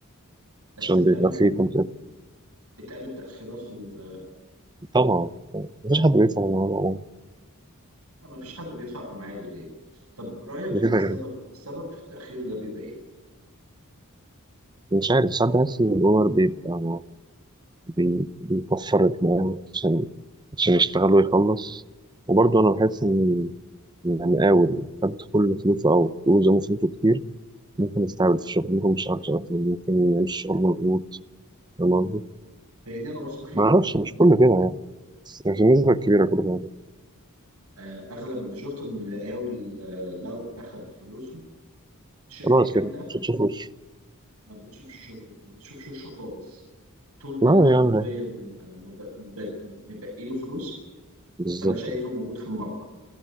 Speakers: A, on the right; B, on the right.
A: بس
B: عشان
A: بتقابل
B: بيبقى فيه كونتاكت
A: بتقابل تأخيرات في ال...
B: طبعا مفيش حد بيدفع من العمر عموما
A: طبعا مفيش حد بيدفع في ميعاده دي طب رأيك
B: ده
A: بيبقى
B: كده
A: السبب
B: كده.
A: السبب في التأخير ده بيبقى ايه؟
B: مش عارف ساعات بحس إن الأونر بيبقى بي- بيكفر دماغه عشان عشان يشتغل ويخلص وبرضه أنا بحس إن إن أنا قاول خدت كل فلوسه أو فلوسه من فلوسه كتير ممكن أستعبد في الشغل ممكن مش أعرف أشتغل ممكن أعيش شغل مضغوط فاهم قصدي؟
A: هي دي انا واثق فيها
B: معرفش مش كله كده يعني بس في النسبة الكبيرة كله كده
A: آه، اغلب اللي شفته ان المقاول آه، لو اخد فلوسه شبه
B: خلاص
A: كاملة
B: كده مش هتشوفوش
A: ما بتشوفش شغله ما بتشوفش وشه خالص طول ما
B: لا
A: انا حرفيا
B: يعني
A: آه، مب- مبد- مبقي له فلوس
B: بالظبط
A: فانا شايفه موجود في الموقع